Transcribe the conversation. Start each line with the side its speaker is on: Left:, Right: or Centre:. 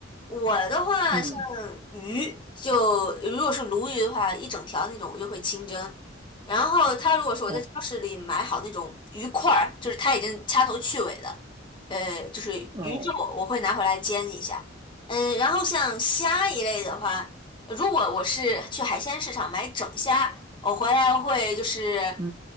Left: 我的话，
Right: 嗯，
Left: 像鱼，就如果是鲈鱼的话，一整条那种我就会清蒸。然后他如果说我在超市里买好那种鱼块儿，
Right: 哦，
Left: 就是他已经掐头去尾的，呃，就是鱼肉，
Right: 哦，
Left: 我会拿回来煎一下。嗯，然后像虾一类的话，如果我是去海鲜市场买整虾，我回来会就是。
Right: 嗯